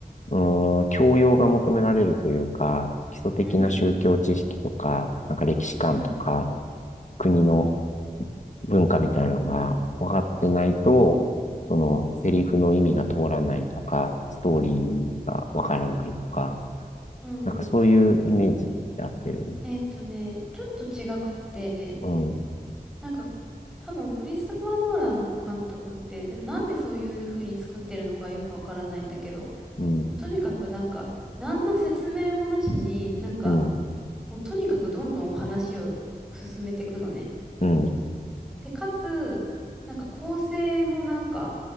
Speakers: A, on the left (about 45°); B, in the centre.
A: うーん、教養が求められるというか、基礎的な宗教知識とか、
B: うん、うん、
A: なんか歴史観とか、
B: うん、
A: 国の文化みたいのが分かってないと、そのセリフの意味が通らないとか、ストーリーが分からないとか、
B: うん。
A: なんかそういうイメージで合ってる。
B: えーっとね、ちょっと違くて、
A: うん、
B: なんか、多分クリストファー・ノーランの監督って、でもなんでそういう風に作ってるのかはよくわからないんだけど、
A: うん、
B: もうとにかくなんか、何の説明もなしに、なんか、
A: うん、
B: もうとにかくどんどん話を進めていくのね。
A: うん、
B: で、かつ、なんか構成もなんか、